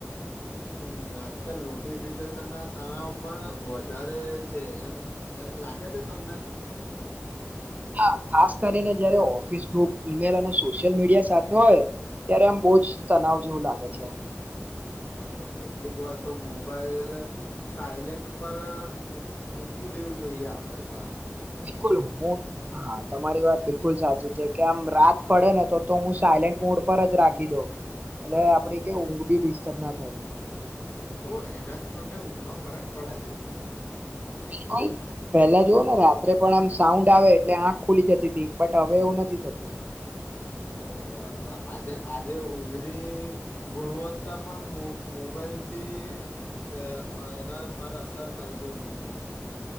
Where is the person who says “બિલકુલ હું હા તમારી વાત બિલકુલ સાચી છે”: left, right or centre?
Right